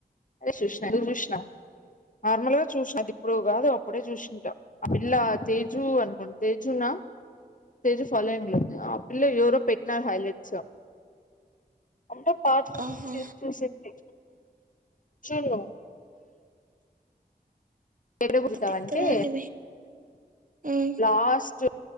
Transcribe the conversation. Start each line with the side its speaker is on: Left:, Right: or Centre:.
Left: అదే చూసిన నేను చూసిన నార్మల్గా చూసినా. అది ఇప్పుడు కాదు అప్పుడే చూసింటా. ఆ పిల్ల తేజు అనుకోంట తేజు నా తేజు ఫాలోయింగ్ లో ఉంది. ఆ పిల్ల ఎవరో పెట్టినా హైల చ్చ అంటే పాటల
Right: ఆహా
Left: నుంచి చూసింది చూన్ను ఎక్కడ కూర్సంటవంటే
Right: తిక్కదాన్ని మే ఉమ్
Left: లాస్ట్